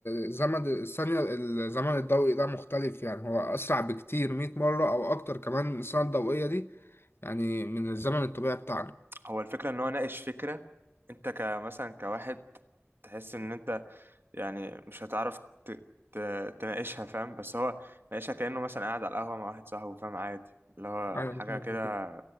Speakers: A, on the left (about 60°); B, on the right (about 55°).
A: الزمن الثانية الزمن الضوئي ده مختلف يعني هو أسرع بكتير 100 مرة أو أكتر كمان السنة الضوئية دي يعني من الزمن الطبيعي بتاعنا
B: هو الفكره ان هو ناقش فكره انت كمثلا كواحد تحس ان انت يعني مش هتعرف ت- ت- تناقشها فاهم بس هو ناقشها كانه مثلا قاعد على القهوه مع واحد صاحبه فاهم عادي اللي هو
A: أيوة
B: حاجه
A: أيوة
B: كده